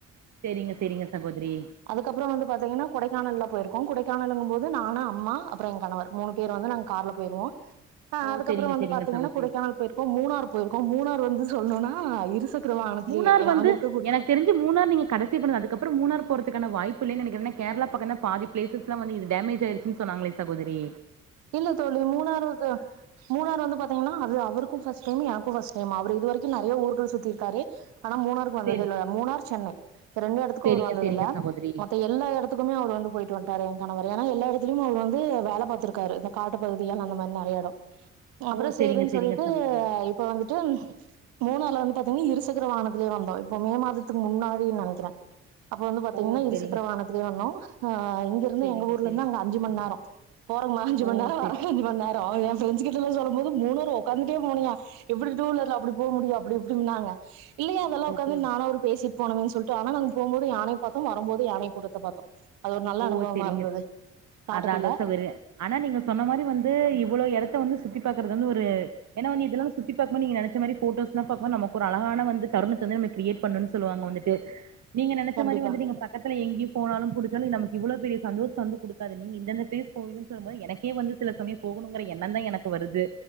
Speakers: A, on the right; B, on the right.
A: செரிங்க செரிங்க சகோதரி
B: அதுக்கப்றம் வந்து பாத்தீங்கன்னா கொடைக்கானல்ல போயிருக்கோம் கொடைக்கானலுங்கும் போது நானு அம்மா அப்றம் என் கணவர் மூணு பேர் வந்து நாங்க கார்ல போயிருவோஅ
A: ஓ
B: அதுக்கப்றம்
A: செரிங்க
B: வந்து
A: செரிங்க
B: பாத்தீங்கன்னா
A: சகோதரி
B: கொடைக்கானல் போயிர்க்கோம் மூணார் போயிர்க்கோம் மூணாார் வந்து சொல்ணும்னா இருசக்கர வாகனத்துலயே
A: மூணார்
B: நாங்க
A: வந்து
B: இருக்க குடு
A: எனக்கு தெரிஞ்சு மூணார் நீங் கடைசி போனது அதுக்கப்புற மூணார் போறதுகான வாய்ப்பில்லைனு நெனைக்றே கேரளா பக்கதா பாதி ப்ளேசஸ் எக்சுவாலா வந்து இது டேமேஜ் ஆயிருச்சு சொன்னாங்களே சகோதரி
B: இல்ல தோழி மூணாறது மூணார் வந்து பாத்தீங்கன்னா அது அவருக்கு ஃபர்ஸ்ட் டைம் எனக்கு ஃபர்ஸ்ட் டைம் அவர் இது வரைக்கு நெறய ஊர்கள் சுத்திருக்காரு ஆனா மூணாருக்கு வந்தது
A: சேரி
B: இல்ல மூணார் சென்னை ரெண்டு எடத்துக்கு
A: சேரிங்க
B: அவர் வந்ததுல்ல
A: சேரிங்க சகோதரி
B: மத்த எல்லா எடத் துக்குமே அவர் வந்து போய்ட்டு வன்டார் என் கணவர் ஏனா எல்லா எடத்திலுமே அவர் வந்து வேல பாத்திர காரு இந்த காட்டு பகுதிய அந்த மாரி நெறைய எடோ அப்புற
A: ஓ
B: சேறுனு
A: சேரிங்க சேரிங்க
B: சொல்ட்டு
A: சகோதரி
B: இப்ப வந்துட்டு மூணாருல வந்து பாத்தீங்கன்னா இருசக்கர வாகனத்துலே வந்தோ இப்போ மே மாதத்துக்கு முன்னாடினு நெனக்கிறே அப்ப வந்து பாத்தீங்கன்னா
A: ஓ
B: இரு
A: சேரிங்க
B: சசக்கர வாகனத்துலே வந்தோ அ இங்க இருந்து
A: சேரிங்க
B: எங்க ஊர்ல
A: சேரிங்க
B: இருந்து அங்க அஞ்சு மணி நேரோ ர அஞ்சு மணி
A: ஓ
B: நேரோ
A: சேரி
B: வர்ற அஞ்சு மணி நேரோ எ ஃப்ரெண்ட்ஸ்கிட்ட எல்லா சொல்லும் போது மூணாரு உக்காந்துட்டே போனாயா எப்டி டூவீலர்ல அப்டி போக முடியு அப்டி இப்டின்னாங்க இல்லையே அதெல்லா ஒக்காந்து
A: ஓகே
B: நானு அவரு பேசி போனமேன்னு சொல்ட்டு ஆனா நாங்க போம்போது யானை பாத்தோ வரும்போது யானை கூட்டத்த பாத்தோ அது ஒரு நல்ல
A: ஓ
B: அனுபவமா
A: சேரிங்க
B: இருந்துது காட்டுகுள்ள
A: அதா அதா சகோதரி ஆனா நீங்க சொன்ன மாரி வந்து இவ்ளோ எடத்த வந்து சுத்தி பாக்குறது வந்து ஒரு ஏன்ன வந்து இதெல்லா சுத்தி பாக்குபோது நீங்க நெனச்ச மாரி போட்டோஸ்ல்லா பாக்கு போது நமக்கு ஒரு அழகான வந்து தருணத்த வந்து நம்ம கிரேட் பண்ணன்னனு சொல்லுவாங்க வந்துட்டு நீங்க நெனைச்ச
B: கண்டிப்பா
A: மாரி வந்துட்டு நீங்க பக்கத்துல எங்கியு போனாலு புடு சாலு நமக்கு இவ்ளோ பெரிய சந்தோஷோ வந்து குடுக்காத நீங்க இந்தந்த பிளேஸ் போவீங்கன்னு சொல்லுபோது எனக்கே வந்து சில சமயோ போகணுங்கற எண்ண தா எனக்கு வருது